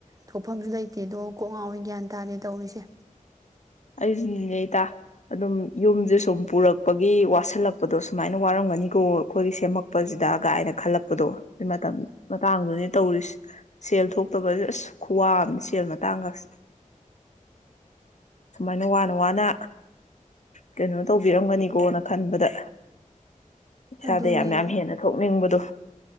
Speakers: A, on the right (about 25°); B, on the left (about 60°).
A: ꯊꯣꯛꯐꯝꯁꯨ ꯂꯩꯇꯦꯗꯣ ꯀꯣꯛ ꯉꯥꯎꯤ ꯒ꯭ꯌꯥꯟ ꯇꯥꯔꯦ ꯇꯧꯔꯤꯁꯦ
B: ꯑꯩꯁꯨꯅꯤꯅꯦ ꯏꯇꯥ ꯑꯗꯨꯝ ꯌꯨꯝꯁꯦ ꯁꯨꯝ ꯄꯨꯔꯛꯄꯒꯤ ꯋꯥꯁꯤꯜꯂꯛꯄꯗꯣ ꯁꯨꯃꯥꯏꯅ ꯋꯥꯔꯝꯒꯅꯤꯀꯣ ꯑꯩꯈꯣꯏꯒꯤ ꯁꯦꯝꯃꯛꯄꯁꯤꯗ ꯀꯥꯏꯅ ꯈꯜꯂꯛꯄꯗꯣ ꯃꯇꯝ ꯃꯇꯥꯡꯗꯨꯗꯤ ꯇꯧꯔꯤꯁꯤ ꯁꯦꯜ ꯊꯣꯛꯇꯕ ꯑꯁ ꯈꯨꯋꯥ ꯑꯃꯅꯤ ꯁꯦꯜ ꯃꯇꯥꯡꯀꯁꯦ ꯁꯨꯃꯥꯏꯅ ꯋꯥꯅ ꯋꯥꯅ ꯀꯩꯅꯣ ꯇꯧꯕꯤꯔꯝꯒꯅꯤꯀꯣꯅ ꯈꯟꯕꯗ ꯏꯁꯥꯗ
A: ꯑꯗꯨꯅꯦ
B: ꯌꯥꯝ ꯌꯥꯝ ꯍꯦꯟꯅ ꯊꯣꯛꯅꯤꯡꯕꯗꯣ